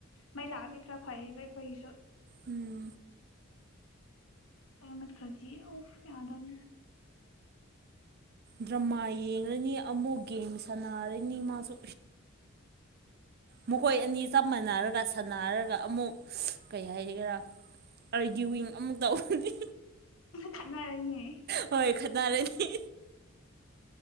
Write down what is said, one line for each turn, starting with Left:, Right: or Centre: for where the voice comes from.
Left: ꯃꯩ ꯂꯥꯛꯑꯥꯗꯤ ꯈꯔ ꯐꯩꯕ ꯑꯈꯣꯏꯒꯤꯁꯨ
Right: ꯎꯝ
Left: ꯃꯩ ꯃꯨꯠꯈꯔꯗꯤ ꯑꯣ ꯌꯥꯗꯕꯅꯤ
Right: ꯗ꯭ꯔꯃꯥ ꯌꯦꯡꯔꯥꯅꯤ ꯑꯃꯨꯛ ꯒꯦꯝ ꯁꯥꯟꯅꯔꯅꯤ ꯃꯥꯁꯨ ꯃꯈꯣꯏ ꯑꯅꯤ ꯆꯞ ꯃꯥꯟꯅꯔꯒ ꯁꯥꯟꯅꯔꯒ ꯑꯃꯨꯛ ꯀꯩ ꯍꯥꯏꯒꯦꯔꯥ ꯑꯔꯒ꯭ꯌꯨꯋꯤ <unintelligible> ꯡ ꯑꯃꯨꯛ ꯇꯧꯔꯗꯤ
Left: ꯈꯠꯅꯔꯅꯤꯌꯦ
Right: ꯍꯣꯏ ꯈꯠꯅꯥꯔꯅꯤ